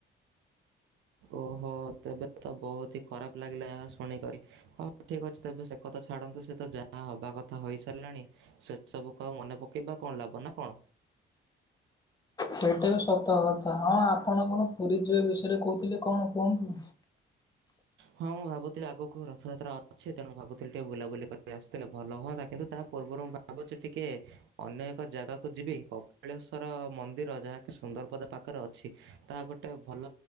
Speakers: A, on the right; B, on the left.
A: ଓହୋ ତେବେ ତ ବହୁତ ହି ଖରାପ ଲାଗିଲା ଏହା ଶୁଣିକରି। ହଉ ଠିକ ଅଛି ତେବେ ସେ କଥା ଛାଡନ୍ତୁ ସେ ତ ଯାହା ହବା କଥା ହେଇସାରିଲାଣି। ସେ ସବୁକୁ ଆଉ ମନେ ପକେଇବା କଣ ଲାଭ ନା କଣ।
B: ସେଇଟା ବି ସତ କଥା ହଁ ଆପଣ କଣ ପୁରୀ ଯିବେ ବିଷୟରେ କହୁଥିଲେ କଣ କୁହନ୍ତୁ?
A: ହଁ ମୁଁ ଭାବୁଥିଲି ଆଗକୁ ରଥଯାତ୍ରା ଅଛି ତେଣୁ ଭାବୁଥିଲି ଟିକେ ବୁଲାବୁଲି କରି ଆସୁଥିଲେ ଭଲ ହୁଅନ୍ତା କିନ୍ତୁ ତା ପୂର୍ବରୁ ଭାବୁଛି ଟିକେ ଅନ୍ୟ ଏକ ଜାଗାକୁ ଯିବି କପିଳେଶ୍ଵର ମନ୍ଦିର ଯାହାକି ସୁନ୍ଦରପଦା ପାଖ ପାଖରେ ଅଛି ତାହା ଗୋଟେ ଭଲ